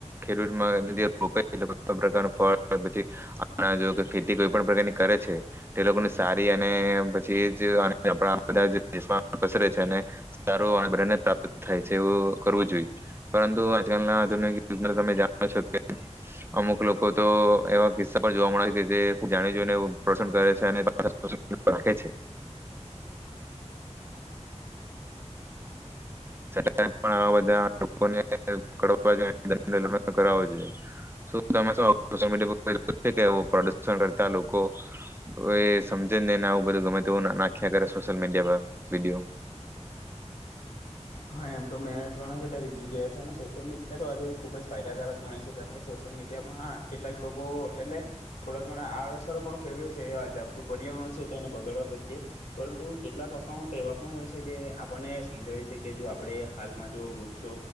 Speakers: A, on the right; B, on the left.
A: ખેડૂટ્ <unintelligible> રો પ્રકાર પણ જો પછી, જો ખેતી કોઈ પણ પ્રકારની કરે છે, તે લોકોને સારી અને પછી જ <unintelligible> બધા દેશ પસરે છે અને સારું અન્ન બધાને પ્રાપ્ત થાય છે એવું કરવું જોઈએ. પરંતુ આજકાલના આધુનિક યુગને તો તમે જાણો છો કે અમુક લોકો કો તો એવા કિસ્સા પણ જોવા મળે છે કે જે જાણી જોઈ એવું પસંદ કરે છે અને <unintelligible> રહે છે <unintelligible> થી <unintelligible> સુ તમે સુ સોશિયલ મીડિયા પર એ આવું પડુંસન કરતા લોકો, હવે એ સમજે નહીં ને આવું બધું ગમે તેવું ના, નાખ્યા કરે સોશિયલ મીડિયા પર વિડીયો.
B: હા એમ ટો મેં ઘણા બધા વિડિયો જોયા છેને સોશિયલ મીડિયા તો આજે ખુબ જ ફાયદાકારક ગણાય છે, કારણ કે સોશિયલ મીડિયામાં કેટલાક લોકો એટલે, થોડા ઘણા આડ અસર પણ ફેરવે છે, એ હાચા, પણ પર્યાવરણ છે તેને બગાડવા પ્રત્યે. પરંતુ કેટલાક અકાઉન્ટ એવા પણ હોય છે જે આપણને સમજાવે છે કે જો આપણે હાલમા જો વૃક્ષો,